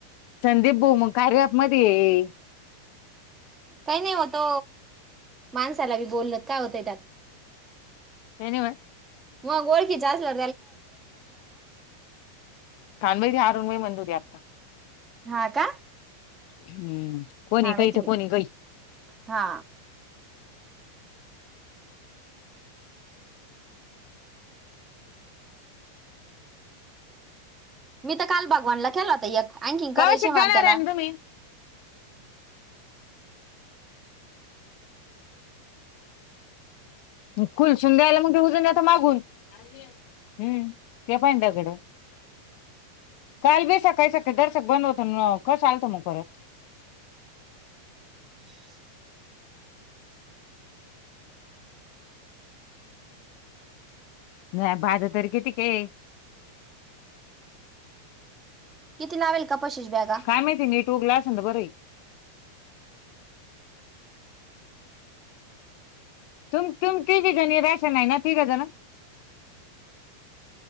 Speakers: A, on the left (about 45°); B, on the right (about 20°).
A: संदीप भोम कार्यामध्ये ये
B: काही नाही होतो माणसाला बी बोलल काय होतय त्यात.
A: हेन म.
B: मग ओळखीच्या असल्या.
A: खनवे अरुणवेई मंदूर आता.
B: हा का.
A: हम्म कोणी
B: काय माहिती
A: कय तर
B: बाई
A: कोणी कय <inaudible>
B: हा मी तर काल भगवानला केला होता अँकिंग
A: कवा
B: करायची
A: शिक जाणार
B: माल त्याला
A: आहे ना तुम्ही कुलशुंद्या आयला म्हणजे उजूनता मागून <inaudible> हम्म ते पाहि त्याकडं <inaudible> काल बेसा काय शक दर्शक बंद होत खस हलत म खरच
B: <inaudible>
A: नाही भाज तर किती काय.
B: इथ लावेल <inaudible> बॅगा
A: काय माहिती नीट उगला तर बरं ये, तुम तुमची बी जणी राशन आहे ना ठीक जण <inaudible>